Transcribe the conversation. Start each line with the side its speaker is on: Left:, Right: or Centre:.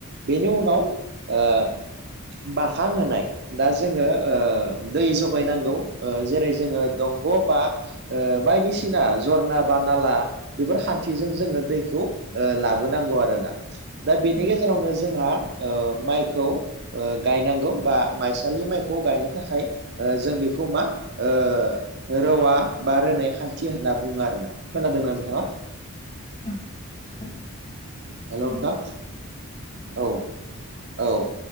Right: बेनि उनाव ओ बाखां होनाय दा जोङो ओ दै जगायनांगौ ओ जेरै जोङो दंग' बा ओ बायदिसिना जरना बा नाला बेफोर खान्थिजों जोङो दैखौ लाबोनांगौ आरोना दा बेनि
Left: औ
Right: गेजेरावनो जोंहा ओ माइखौ ओ गायनांगौ बा माइसालि माइखौ गायनो थाखाय ओ जों बेखौ मा ओ रौवा बा रोनाय खान्थि थि होनना बुङो आरोना खोनादोंना नोंथाङा
Left: औ
Right: हेल'
Left: खोनादों
Right: नोंथां औ औ